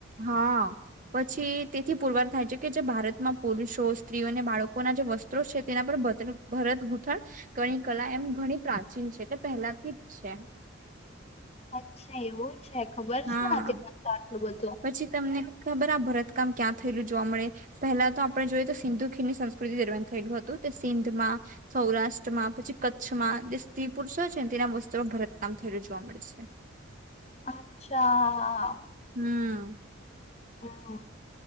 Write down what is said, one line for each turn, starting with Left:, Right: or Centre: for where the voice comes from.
Right: હા પછી તેથી પુરવાર થાય છે કે જે ભારતમાં પુરુષો સ્ત્રીઓ અને બાળકોના જે વસ્ત્રો છે એના પર બચક ભરત ગૂથણ કણી કલા એમ ઘણી પ્રાચીન છે એટલે પહેલાથી જ છે. <inaudible>
Left: અચ્છા એવું છે ખબર છે
Right: હા
Left: તે તો આટલું બધું?
Right: પછી તમને ખબર આ ભરત કામ ક્યાં થયેલું જોવા મળે પહેલા તો આપણે જોઈએ તો સિંધુ ખીરની સંસ્કૃતિ દરમિયાન થયેલું હતું સિંધમાં, સૌરાષ્ટ્રમાં પછી કચ્છમાં જે સ્ત્રી પુરુષો છે ને તેના વસ્ત્રુમાં ભરતકામ વધરે જોવા મળે છે.
Left: અચ્છા
Right: હમ્મ.
Left: હમ્મ.